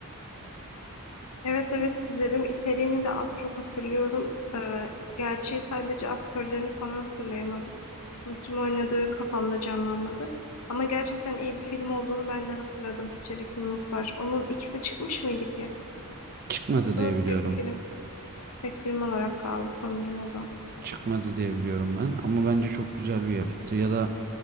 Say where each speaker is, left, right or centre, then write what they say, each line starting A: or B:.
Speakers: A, on the left (about 90°); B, on the right (about 40°).
A: Evet evet izledim. İçeriğini de az çok hatırlıyorum. E, gerçi sadece aktörlerini falan hatırlayamadım. Kim oynadığı kafamda canlanmadı. Ama gerçekten iyi bir film olduğunu ben de hatırladım. Çelik Yumruklar. Onun ikisi çıkmış mıydı ki?
B: Çıkmadı
A: Yoksa
B: diye biliyorum.
A: tek film, tek film olarak kaldı sanırım o da.
B: Çıkmadı diye biliyorum ben ama bence çok güzel bir yapıttı. Ya da